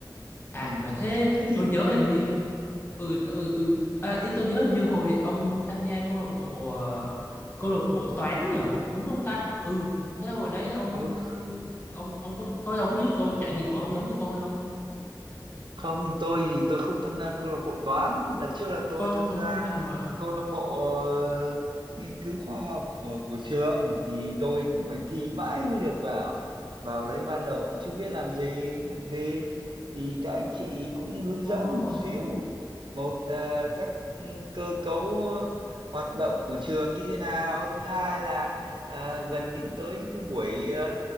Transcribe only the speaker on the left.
À
mà thế
tôi nhớ hình như ừ ừ ừ à, ý tôi nhớ hình như hồi ông tham gia câu lạc bộ ờ, câu lạc bộ toán nhờ, đúng không ta? Ừ, thế hồi đấy ông
ông ông có có giống như tôi trải nghiệm của ông giống như tôi không?
Ờ
tôi
nhớ nhầm mà.
Ồ.